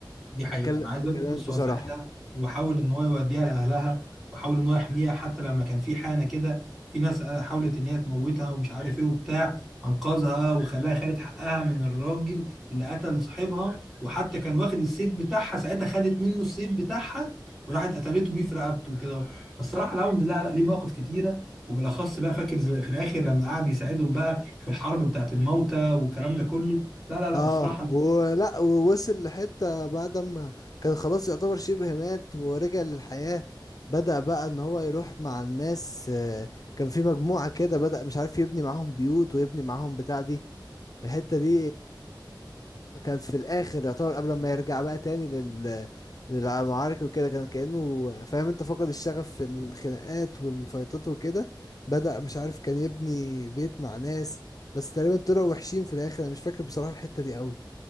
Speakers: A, in the centre; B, on the left (about 50°).
A: دي حقيقة
B: بكلم
A: أنا عايز
B: بكلمك
A: أقول لك بص
B: بصراحة
A: هو ساعتها وحاول إن هو يوديها لأهلها وحاول إن هو يحميها حتى لما كان في حانة كده في ناس آه، حاولت إن هي تموتها ومش عارف إيه وبتاع أنقذها وخلاها خدت حقها من الراجل اللي قتل صاحبها وحتى كان واخد السيف بتاعها ساعتها خدت منه السيف بتاعها وراحت قتلته بيه في رقبته وكده فالصراحة الراوند لا لا ليه مواقف كتيرة وبالأخص بقى فاكر زي- في الآخر لما قعد يساعدهم بقى في الحرب بتاعت الموتى والكلام ده كله لا لا لا
B: اه
A: الصراحة
B: ولا ووصل لحتة بعد ما كان خلاص يعتبر شبه مات ورجع للحياة بدأ بقى ان هو يروح مع الناس آه، كان في مجموعة كده بدأ مش عارف يبني معاهم بيوت ويبني معاهم بتاع دي الحتة دي كانت في الاخر يعتبر قبل ما يرجع بقى تاني لل للمعارك وكده كان كأنه فاهم انت فقد الشغف في الخناقات والفايتات وكده بدأ مش عارف كان يبني بيت مع ناس بس تقريبا طلعوا وحشين في الاخر انا مش فاكر بصراحة الحتة دي قوي